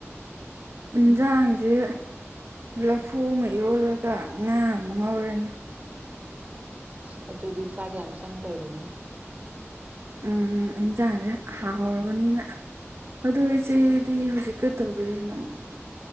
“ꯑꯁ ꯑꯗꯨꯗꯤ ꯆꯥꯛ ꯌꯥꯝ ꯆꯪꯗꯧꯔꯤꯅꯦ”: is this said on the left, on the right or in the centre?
Right